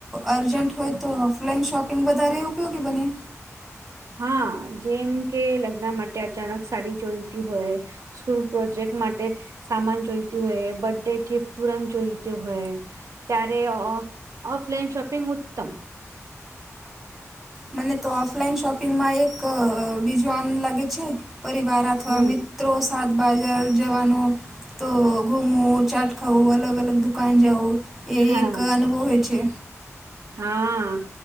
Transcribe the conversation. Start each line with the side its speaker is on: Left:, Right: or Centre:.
Centre: અર્જન્ટ હોય તો ઓફલાઈન શોપિંગ વધારે ઉપયોગી બને.
Right: હા જેમ કે લગ્ન માટે અચાનક સારી જોઈતી હોય. સ્કૂલ પ્રોજેક્ટ માટે સામાન જોઈતી હોય બર્થ ડે ગિફ્ટ તુરંત જોઈતું હોય. ત્યારે ઓફલાઈન શોપિંગ ઉત્તમ
Centre: મને તો ઓફલાઈન શોપિંગમાં એક વિજ્વાન લાગે છે, પરિવાર અથવા
Right: હમ
Centre: મિત્રો સાથ બજાર જવાનો તો ઘુમું ચાટ ખાવું અલગ અલગ દુકાન જાઉં એ
Right: હા
Centre: એક અનુભવ હોય છે.
Right: હા